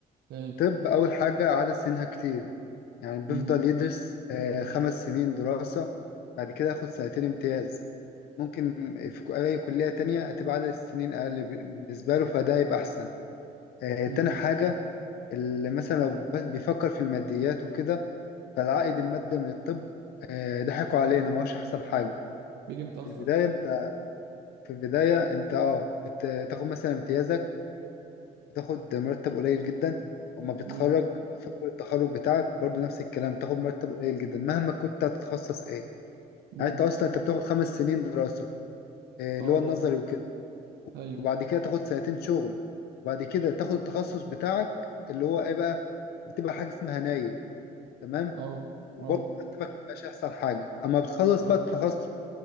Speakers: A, on the right; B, on the left.
A: ليه
B: طب اول حاجة عدد سنينها كتير يعني بيفضل
A: امم
B: يدرس آه، خمس سنين دراسة بعد كده ياخد سنتين امتياز ممكن في ك- اي كلية تانية هتبقى عدد السنين اقل ب- بالنسبة له فده يبقى احسن آه،
A: امم
B: تاني حاجة اللي مثلا لو ب- بيفكر في الماديات وكده فالعائد المادي من الطب آه، ضحكوا علينا ما هوش احسن حاجة
A: بيجي متاخر
B: في البداية انت في البداية انت اه بتاخد مثلا امتيازك بتاخد مرتب قليل جدا اما بتتخرج
A: امم
B: في اول التخرج بتاعك برضو نفس الكلام بتاخد مرتب قليل جدا مهما كنت هتتخصص ايه
A: امم
B: يعني انت اصلا انت بتاخد خمس سنين دراسة إيه،
A: اه
B: اللي هو النظري وكده
A: ايوه
B: وبعد كده تاخد سنتين شغل وبعد كده تاخد التخصص بتاعك اللي هو ايه بقى بتبقى حاجة اسمها نايب تمام
A: اه
B: وبرضه
A: اه
B: مرتبك مبيبقاش احسن حاجة اما بتخلص
A: اه
B: بقى التخصص